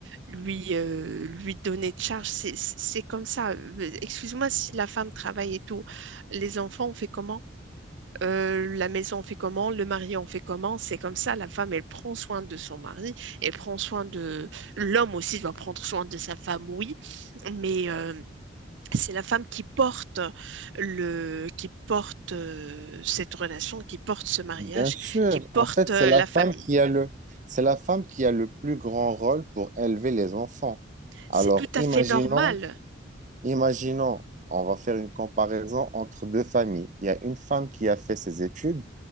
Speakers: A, on the right (about 70°); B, on the right (about 40°).
A: lui, euh, lui donner de charge. C'est, c'est comme ça. Euh, Excuse-moi si la femme travaille et tout. Les enfants, on fait comment? euh, la maison on fait comment, le mari en fait comment, c'est comme ça, la femme, elle prend soin de son mari, elle prend soin de... L'homme aussi doit prendre soin de sa femme, oui, mais euh, c'est la femme qui porte le... qui porte euh, cette relation, qui porte ce mariage,
B: Bien sûr,
A: qui porte
B: en fait,
A: euh,
B: c'est la
A: la
B: femme
A: famille.
B: qui a le, c'est la femme qui a le plus grand rôle pour élever les enfants. Alors,
A: C'est tout à
B: imaginons,
A: fait normal
B: imaginons, on va faire une comparaison entre deux familles. Il y a une femme qui a fait ses études,